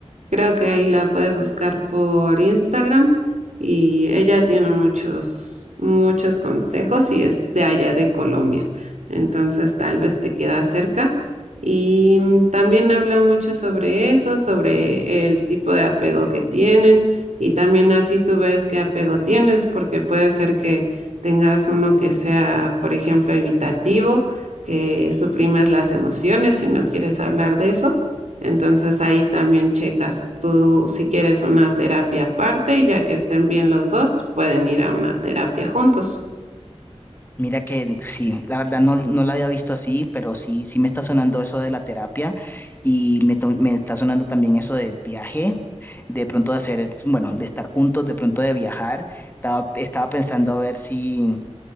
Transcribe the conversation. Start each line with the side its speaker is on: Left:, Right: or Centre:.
Right: Creo que ahí la puedes buscar por Instagram y ella tiene muchos, muchos consejos y es de allá de Colombia. Entonces tal vez te queda cerca. Y mm, también habla mucho sobre eso, sobre el tipo de apego que tienen y también así tú ves qué apego tienes, porque puede ser que tengas uno que sea, por ejemplo, evitativo, que suprimes las emociones y no quieres hablar de eso. Entonces ahí también checas tú si quieres una terapia aparte y ya que estén bien los dos, pueden ir a una terapia juntos.
Left: Mira que sí, la verdad no, no la había visto así, pero sí, sí me está sonando eso de la terapia y me, to- me está sonando también eso de viaje, de pronto de hacer, bueno, de estar juntos, de pronto de viajar. Estaba, estaba pensando a ver si